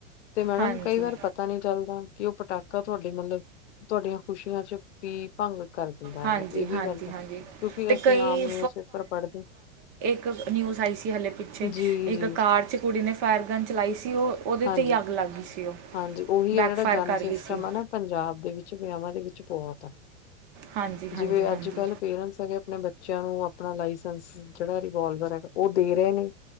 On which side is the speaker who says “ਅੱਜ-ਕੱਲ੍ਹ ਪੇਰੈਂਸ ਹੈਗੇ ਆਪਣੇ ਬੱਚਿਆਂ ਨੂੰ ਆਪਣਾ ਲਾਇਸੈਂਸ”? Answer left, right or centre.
Left